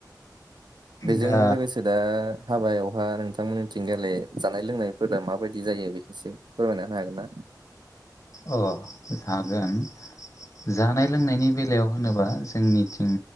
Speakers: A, on the right; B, on the left.
A: बेजों
B: दा
A: लोगोसे दा हाबायावहा नोंथांमोननिथिं गेले जानाय लोंनायफोरा माबायदि जायो बेखौसो फोरमायना होनो हागोन ना <inaudible>
B: अ हागोन जानाय लोंनायनि बेलायाव होनोबा जोंनिथिं